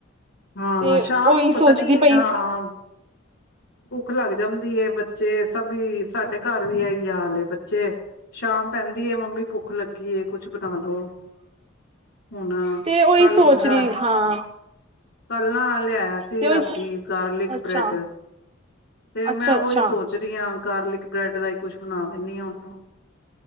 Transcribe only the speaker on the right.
ਤੇ
ਉਹੀ
ਸੋਚਦੀ
ਪਈ
ਤੇ ਉਹੀ
ਸੋਚ
ਰਹੀ ਹਾਂ।
ਤੇ ਉਹੀ
ਅੱਛਾ
ਅੱਛਾ
ਅੱਛਾ